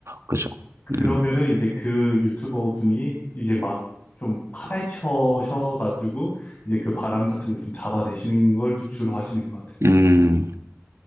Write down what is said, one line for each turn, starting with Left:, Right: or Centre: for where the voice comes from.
Right: 그죠.
Left: 그러면은
Right: 음.
Left: 이제 그 유튜버 분이 이제 막 좀 파헤쳐셔가지고 이제 그 바람 같은 걸 좀 잡아내시는 걸 좀 주로 하시는 것 같아요.
Right: 음,